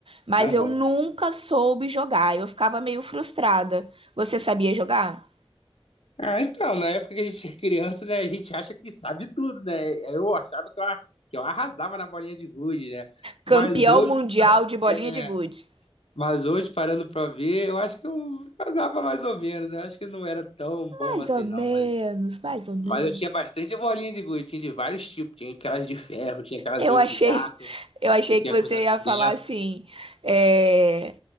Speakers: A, on the right (about 65°); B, on the left (about 80°).
A: mas
B: Aham.
A: eu nunca soube jogar. Eu ficava meio frustrada. Você sabia jogar?
B: Ah, então, na época que a gente é criança, né, a gente acha que sabe tudo, né? Eu achava que eu, que eu arrasava na bolinha de gude, né?
A: Campeão
B: Mas hoje,
A: mundial
B: <laughs>
A: de bolinha
B: é,
A: de gude.
B: Mas hoje, parando pra ver, eu acho que eu jogava mais ou menos. né? Eu acho que não era tão bom
A: Mais
B: assim,
A: ou
B: não.
A: menos,
B: Mas,
A: mais ou
B: mas
A: menos.
B: eu tinha bastante bolinha de gude. Tinha de vários tipos. Tinha aquelas de ferro, tinha aquelas
A: Eu
B: olho
A: achei,
B: de gato,
A: eu achei
B: que tinha
A: que você
B: coisa por
A: ia falar
B: dentro.
A: assim, é,